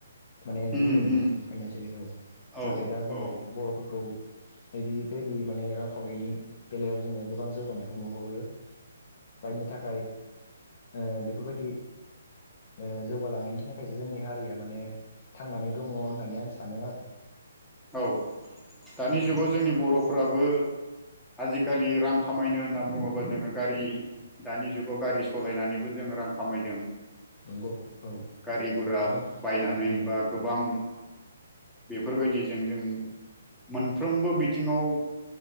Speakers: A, on the left; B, in the centre.
A: माने
B: उम
A: गुरै
B: उम
A: मोन फाइनानसियेलि औ
B: औ
A: नाथाय दा जोङो
B: औ
A: बर'फोरखौ बेबायदि माने रांखावरिनि बेलायाव जोङो गोबां जौगानायखौ नुहरो जायनि थाखाय ओ बेफोरबायदि ओ जौगालांनायनि थाखाय जोंनि हारिया माने थांनानै दङ' होननानै आं सानो आरो।
B: औ दानि जुगाव जोंनि बर'फ्राबो आजिखालि रां खामायनो होनना बुङोबा जोङो गारि दानि जुगाव गारि सलायनानैबो जों रां खामायदों
A: नंगौ औ
B: गारि गरा
A: गोबां
B: बायनानै
A: उम
B: बा गोबां बेफोरबायदिजों जों मोनफ्रोमबो बिथिङाव